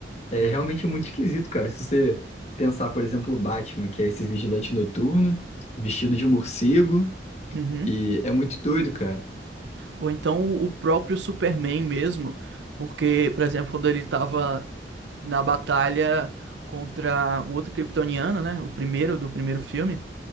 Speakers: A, on the left; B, on the right.
A: é realmente muito esquisito, cara. Se você pensar, por exemplo, o Batman, que é esse vigilante noturno, vestido de morcego,
B: Uhum.
A: e é muito doido, cara.
B: Ou então o próprio Superman mesmo, porque, por exemplo, quando ele tava na batalha contra o outro kryptoniano, né? O primeiro do primeiro filme,